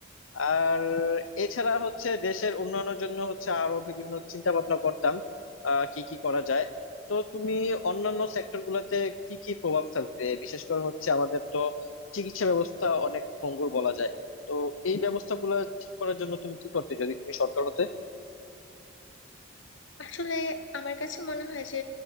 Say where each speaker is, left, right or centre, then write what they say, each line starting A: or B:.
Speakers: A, on the left; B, on the left.
A: আর এছাড়া হচ্ছে দেশের উন্নয়নের জন্য হচ্ছে আরো বিভিন্ন চিন্তা ভাবনা করতাম আহ কি কি করা যায় তো তুমি অন্যান্য সেক্টর গুলাতে কি কি প্রভাব ফেলতে বিশেষ করে হচ্ছে আমাদের তো চিকিৎসা ব্যবস্থা অনেক ভঙ্গুর বলা যায় তো এই ব্যবস্থাগুলো ঠিক করার জন্য তুমি কি করতে যদি তুমি সরকার হতে
B: আসলে আমার কাছে মনে হয় যে